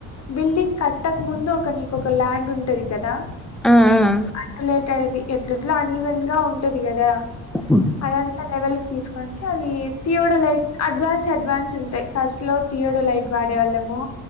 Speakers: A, on the left; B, in the centre.
A: బిల్డింగ్ కట్టకముందు ఒక నీకొక ల్యాండ్ ఉంటది కదా
B: ఆ ఆ
A: అట్‌ లేటేడ్ది ఎట్లట్లా అన్ఈవెన్‌గా ఉంటది కదా
B: ఉమ్
A: అదంతా లెవెల్‌కి తీసుకోనొచ్చి అది తీయోడు లైట్ అడ్వాన్స్ అడ్వాన్స్ ఉంటాయి ఫస్ట్‌లో తీయోడు లైట్ వాడేవాళ్ళము